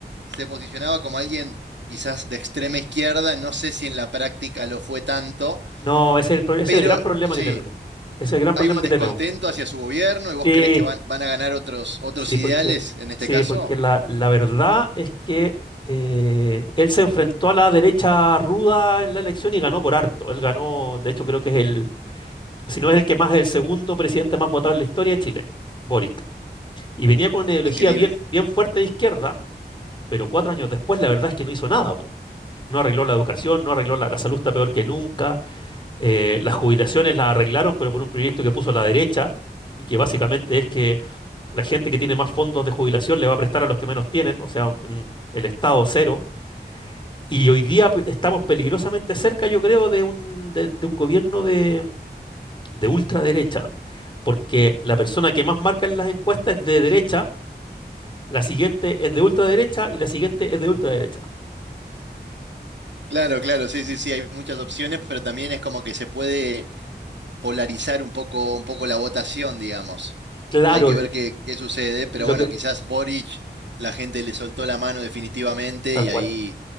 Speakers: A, on the right; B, on the left.
A: se posicionaba como alguien quizás de extrema izquierda, no sé si en la práctica lo fue tanto,
B: No, ese es el, pro- ese es
A: pero
B: el gran problema
A: sí,
B: que tenemos. Ese es el gran problema
A: hay un
B: que
A: descontento
B: tenemos.
A: hacia su gobierno y vos
B: Sí,
A: creés que van, van a ganar otros, otros
B: sí,
A: ideales
B: porque,
A: en este
B: sí,
A: caso.
B: porque la, la verdad es que eh, él se enfrentó a la derecha ruda en la elección y ganó por harto. Él ganó, de hecho creo que es el, si no es el que más, es el segundo presidente más votado en la historia de Chile, Boric. Y venía con una ideología
A: Increíble.
B: bien, bien fuerte de izquierda, pero cuatro años después la verdad es que no hizo nada. po. No arregló la educación, no arregló la, la salud, está peor que nunca. eh, las jubilaciones las arreglaron, pero por un proyecto que puso la derecha, y que básicamente es que la gente que tiene más fondos de jubilación le va a prestar a los que menos tienen, o sea, mm, el Estado cero. Y hoy día pe- estamos peligrosamente cerca, yo creo, de un, de, de un gobierno de, de ultraderecha, porque la persona que más marca en las encuestas es de derecha La siguiente es de ultraderecha y la siguiente es de ultraderecha.
A: Claro, claro, sí, sí, sí, hay muchas opciones, pero también es como que se puede polarizar un poco, un poco la votación, digamos.
B: Claro,
A: Hay que ver qué, qué sucede, pero
B: lo
A: bueno,
B: que,
A: quizás Boric, la gente le soltó la mano definitivamente
B: tal
A: y
B: cual.
A: ahí